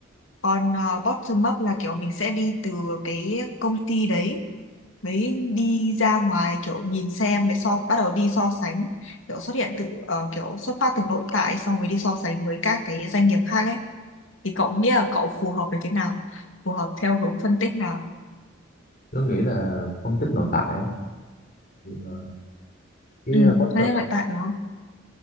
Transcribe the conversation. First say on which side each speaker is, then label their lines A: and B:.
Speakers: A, on the left; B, on the left.
A: còn ờ, bottom up là kiểu mình sẽ đi từ cái công ty đấy mới đi ra ngoài kiểu nhìn xem mới so bắt đầu đi so sánh kiểu xuất hiện từ ờ, kiểu xuất phát từ nội tại xong mới đi so sánh với các cái doanh nghiệp khác ấy thì cậu nghĩ là cậu phù hợp với cái nào phù hợp theo hướng phân tích nào
B: tớ nghĩ là phân tích nội tại ấy. Thì, ờ, cái
A: ừ
B: uh, bottom
A: thế nội tại đúng không